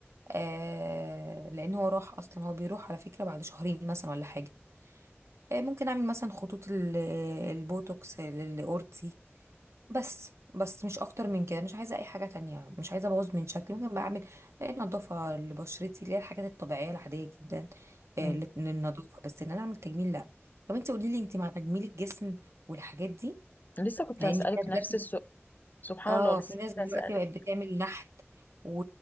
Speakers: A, on the right (about 80°); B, on the left (about 40°).
A: آه لان هو راح اصلا هو بيروح على فكرة بعد شهرين مثلا ولا حاجة آه ممكن اعمل مثلا خطوط ال- البوتوكس للاورتي بس بس مش اكتر من كده مش عايزة اي حاجة تانية مش عايزة ابوظ من شكلي ممكن بقى اعمل آه، نظافة لبشرتي اللي هي الحاجات الطبيعية العادية جدا آه
B: مم.
A: لل- للنظافة بس ان انا اعمل تجميل لا طب انت قولي لي انت مع تجميل الجسم والحاجات دي
B: لسه كنت
A: يعني
B: هسألك
A: في
B: نفس
A: ناس
B: السؤال سبحان
A: اه
B: الله لسه
A: في ناس
B: كنت
A: دلوقتي
B: هسألك
A: بقت بتعمل نحت و...